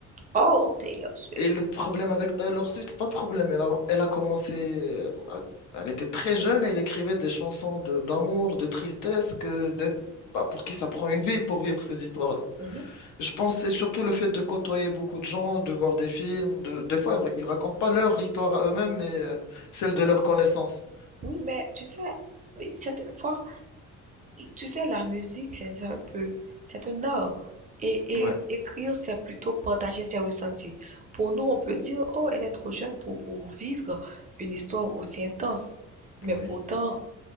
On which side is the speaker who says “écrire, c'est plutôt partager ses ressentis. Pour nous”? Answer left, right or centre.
Right